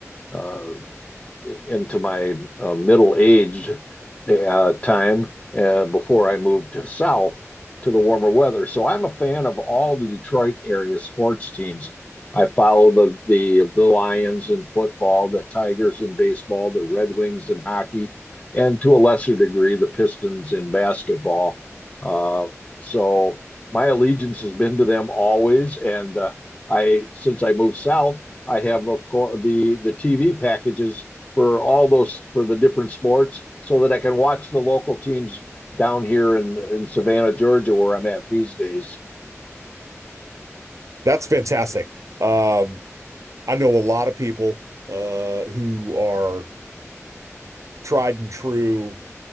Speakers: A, on the left; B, on the right.
A: uh, uh, into my uh, middle aged uh, time uh, before I moved south to the warmer weather. So I'm a fan of all the Detroit area sports teams. I follow the the the Lions in football, the Tigers in baseball, the Red Wings in hockey, and to a lesser degree the Pistons in basketball. Uh, so my allegiance has been to them always, and uh, I since I moved south, I have of course the the TV packages for all those for the different sports so that I can watch the local teams down here in in Savannah, Georgia, where I'm at these days.
B: That's fantastic. Um, I know a lot of people uh, who are tried and true